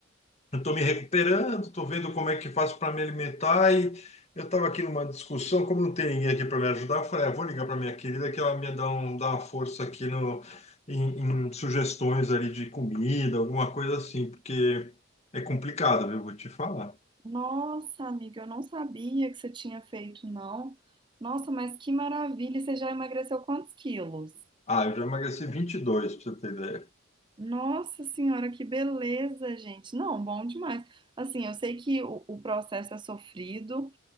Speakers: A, on the left; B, on the right.
A: Eu estou me recuperando, estou vendo como é que faço para me alimentar e eu estava aqui numa discussão, como não tem ninguém aqui para me ajudar, eu falei, ah, vou ligar para minha querida que ela me dá, um, dá uma força aqui no, em, em sugestões ali de comida, alguma coisa assim, porque é complicado, viu? Vou te falar.
B: Nossa, amiga, eu não sabia que você tinha feito, não. Nossa, mas que maravilha! E Você já emagreceu quantos quilos?
A: Ah, eu já emagreci 22 para você ter ideia.
B: Nossa senhora, que beleza, gente. Não, bom demais. Assim, eu sei que o o processo é sofrido.